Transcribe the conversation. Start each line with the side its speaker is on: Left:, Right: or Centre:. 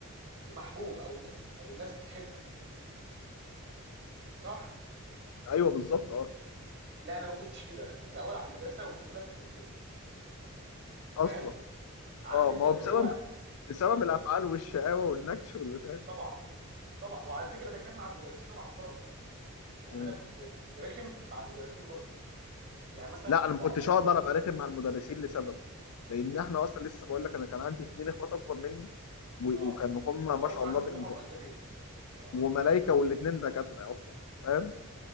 Right: ومحبوب او الناس او الناس بتحبك صح
Left: ايوه بالظبط اه
Right: لا انا ما كنتش كده انا كنت اول على المدرسه والناس كلها مش بتطيقني انت فاهم
Left: اصلا
Right: عارف
Left: اه
Right: انت
Left: ما هو
Right: اللي
Left: بسبب
Right: هو
Left: بسبب الافعال والشقاوه والنكش والبتاع
Right: طبعا طبعا وعلى فكره ده كان مع المدرسين ومع الطلبه يعني
Left: مم.
Right: انا كنت كنت رخم مع المدرسين برضو يعني مثلا
Left: لا
Right: كنت
Left: انا ما
Right: بقاطعهم
Left: كنتش اقدر ابقى رخم مع المدرسين لسبب لان احنا اصلا لسه بقول لك انا كان عندي اتنين اخوات اكبر مني و-
Right: اه
Left: وكانوا هم
Right: معروف
Left: ما شاء
Right: عنهم
Left: الله بن...
Right: ان هم مؤدبين اه
Left: وملايكه
Right: اه
Left: والاتنين دكاتره اصلا فاهم